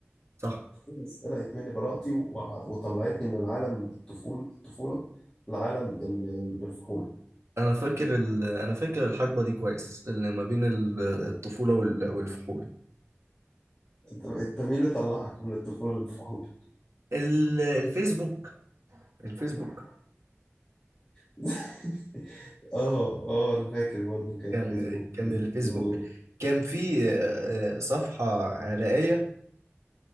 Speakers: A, on the right; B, on the left.
A: صح
B: بس سرقت مني براءتي وع- وطلعتني من العالم الطفولة الطفولة لعالم ال- الفحول
A: انا فاكر ال... انا فاكر الحقبه دي كويس اللي ما بين ال- الطفوله وال... والفحول
B: انت انت مين اللي طلعك من الطفولة للفحول
A: ال... الفيسبوك الفيسبوك
B: <laughs> اه اه انا فاكر برضه كان
A: كان
B: فيسبوك
A: كان الفيسبوك
B: ندور
A: كان في آه، آه، صفحه عراقيه